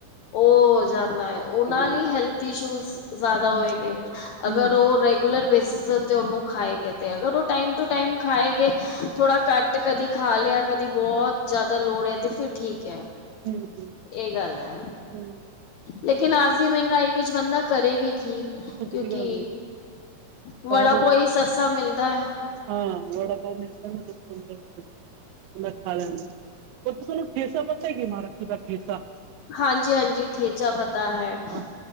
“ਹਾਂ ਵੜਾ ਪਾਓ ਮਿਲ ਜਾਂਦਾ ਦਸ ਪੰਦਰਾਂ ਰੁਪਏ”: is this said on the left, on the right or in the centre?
Right